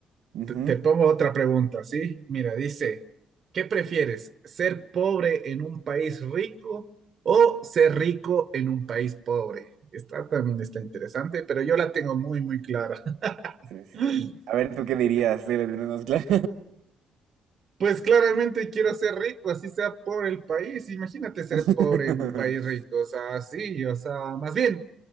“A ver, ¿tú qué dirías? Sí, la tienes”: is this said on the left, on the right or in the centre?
Right